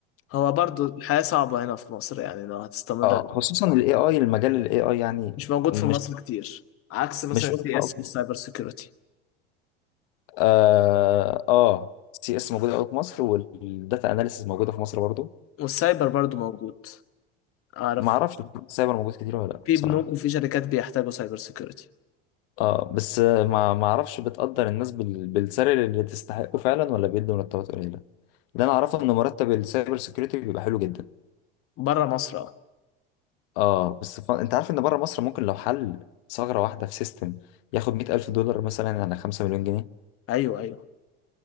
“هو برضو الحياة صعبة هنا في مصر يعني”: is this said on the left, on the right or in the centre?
Left